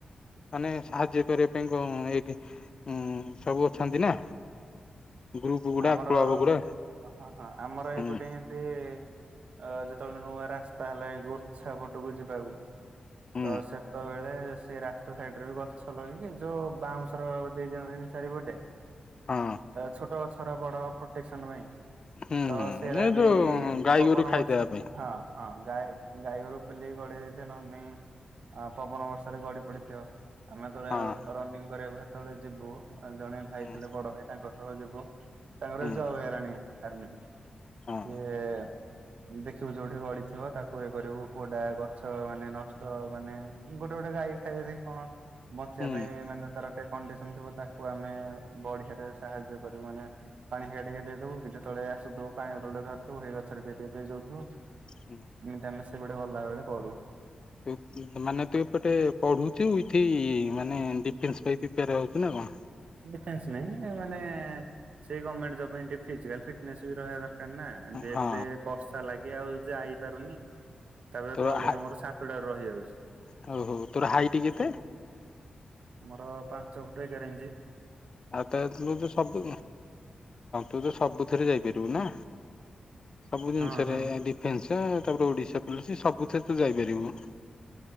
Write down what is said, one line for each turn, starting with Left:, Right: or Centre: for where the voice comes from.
Left: ମାନେ
Right: ହୁଁ
Left: ସାହାଯ୍ୟ କରିବା ପାଇଁ। ଏ ସବୁ ଅଛନ୍ତି ନା। ଗ୍ରୁପ ଗୁଡା
Right: ଆମର
Left: କ୍ଲବ ଗୁଡା
Right: ହଁ ହଁ ଆମର
Left: ହୁଁ
Right: ଏଇପଟେ ଏମତି ଅ ଯେତେବେଳେ ନୂଆ ରାସ୍ତା ହେଲା ଏଇ ଗୋଛା ପଟକୁ ଯିବାକୁ
Left: ହୁଁ
Right: ତ ସେତେବେଳେ ସେ ରାସ୍ତା ସାଇଡରେ ବି ଗଛ ଲଗଇକି ଯୋଉ ବାଉଁଶର ଦେଇ ଦିଅନ୍ତିନି ଚାରିପଟେ।
Left: ହଁ
Right: ଛୋଟ ଗଛଓରା ବଡ ହ ପ୍ରଟେ ପାଇଁ
Left: ହୁଁ
Right: ତ
Left: ହୁଁ
Right: ସେଟା
Left: ଏ
Right: ବି
Left: ଯୋଉ ଗାଈ
Right: ପବନ
Left: ଗୋରୁ ଖାଇଦବା
Right: ବର୍ଷ
Left: ପାଇଁ
Right: ହଁ ହଁ। ଗାଈ ଗାଈଗୋରୁ ପୁଲିକି ଗଡେଇ ଦେଇଥିବ ନହେଲେ ନାଇଁ ଆ ପବନ ବର୍ଷାରେ ଗଡି ପଡିଥିବ। ଆମେ ହେବେଳେ
Left: ହଁ
Right: ରନିଂ କରିବାକୁ ସେତେବେଳେ ଯିବୁ ଜଣେ ଭାଇ
Left: ହୁଁ
Right: ଥିଲେ ବଡ ଭାଇ ତାଙ୍କ ସହ ଯିବୁ। ତାଙ୍କର
Left: ହୁଁ
Right: ବି ଜବ ହେଇଗଲାଣି ଆର୍ମିରେ
Left: ହଁ
Right: ସିଏ ଦେଖିବୁ ଯୋଉଠି ଗଡିଥିବ ତାକୁ ଇଏ କରିବୁ କୋଡା ଗଛ ମାନେ ନଷ୍ଟ ମାନେ ଗୋଟେ ଗୋଟେ ଗାଈ ଖାଇଦିଏ କଣ। ବଞ୍ଚିବା
Left: ହୁଁ
Right: ପାଇଁ ମାନେ ତାର ଟିକେ କଣ୍ଡିସନ ଥିବ ତାକୁ ଆମେ ବଢିଆରେ ସାହାଯ୍ୟ କରି ଯ ମାନେ ପାଣି ହେରିକା ଦେଇଦବୁ କି ଯେତେଳେ ଆସୁଥୁବୁ ପାଣିବୋତଲ ଟେ ଧରିଥିବୁ ସେଇ ଗଛରେ ଟିକେ ଟିକେ ଦେଇଦଉଥିବୁ।
Left: ହୁଁ
Right: ଏମିତି ଆମେ ସେଭଟେ ଗଲାବେେଳେ କରୁ।
Left: ତୁ ମାନେ ତୁ ଏପଟେ ପଢୁଛୁ ଏଇଠି ମାନେ ଡିଫେନ୍ସ ପାଇଁ ପ୍ରିପାର ହଉଚୁ ନା କଣ?
Right: ଡେଫେନ୍ସ ନାଇ ମାନେ ସେଇ ଗର୍ଣମେଣ୍ଟ ଜବ ପାଇଁ ଟିକେ ଫିଜିକାଲ ଫଟନସ୍ ବି ରହିବା ଦରକାର। ନା ଯେ
Left: ହଁ
Right: ଏବେ ବର୍ଷା ଲାଗେ ଆଉ ଯାଇପାରୁନି। ତାପରେ
Left: ତୋର
Right: କଲେଜ
Left: ହା
Right: ମୋର ସାତଟାରୁ ରହି ଯାଉଛି
Left: ହଉ ହଉ ତୋର ହାଇଟ କେତେ?
Right: ସେ। ଆମର ପାଞ୍ଚଫୁଟ ଏଗାର ଇଞ୍ଚ୍।
Left: ଆଉ ତ ତ ତ ସବୁ ତୁ ତ ସବୁଥିଥରେ ଯାଇପାରିବୁ ନା। ସବୁ ଜିନିଷରେ
Right: ହଁ ହଁ।
Left: ଡିଫେନ୍ସ ତାପରେ ଓଡିଶା ପୋଲିସ ସବୁଥିରେ ତୁ ଯାଇପାରିବୁ।